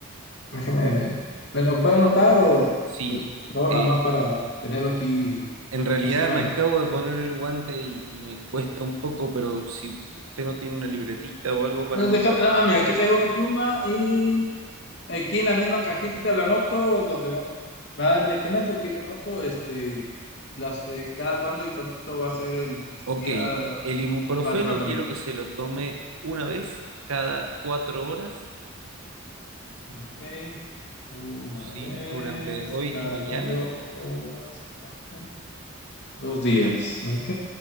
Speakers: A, on the left (about 55°); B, on the right (about 85°).
A: déjeme, eh, ¿me lo puede anotar o,
B: Sí,
A: eh, por favor,
B: eh,
A: nada más para tenerlo aquí,
B: en realidad
A: no se mueve?
B: me acabo de poner el guante y, y me cuesta un poco, pero si usted no tiene una libretita o algo para
A: Eh,
B: anotar.
A: déjame- ah, ah, mira, aquí traigo una pluma y aquí en la misma cajita la anoto donde va, va el medicamento, aquí la anoto, este, las, eh, cada cuándo y cuánto va a ser el
B: Ok,
A: día
B: el ibuprofeno
A: para el tratamiento.
B: quiero que se lo tome una vez cada cuatro horas,
A: Ok, una
B: ¿sí?
A: vez,
B: Durante hoy
A: cada
B: y mañana.
A: cuatro horas, ok, Dos días, ok,